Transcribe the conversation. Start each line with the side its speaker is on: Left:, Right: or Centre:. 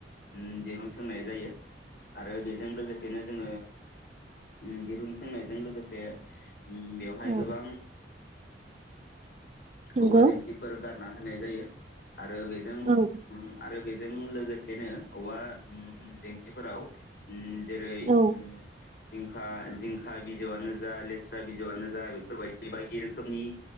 Left: उम्म दिरुं सोंनाय जायो। आरो बेजों लोगोसेनो जोंङो उम्म दिरुं सोंनायजों लोगोसे उम्म बेवहाय
Right: औ
Left: गोबां
Right: नंगौ
Left: औवा जेंसिफोर गार ना होनाय जायो आरो बेजों
Right: औ
Left: उम्म आरो बेजो जों लोगोसेनो औवा उम्म जेंसिफोराव उम्म जेरै
Right: औ
Left: उम्म जिंखा जिंखा बिजौआनो जा लेस्रा बिजौआनो जा बेफोरबायदि बायदि रोखोमनि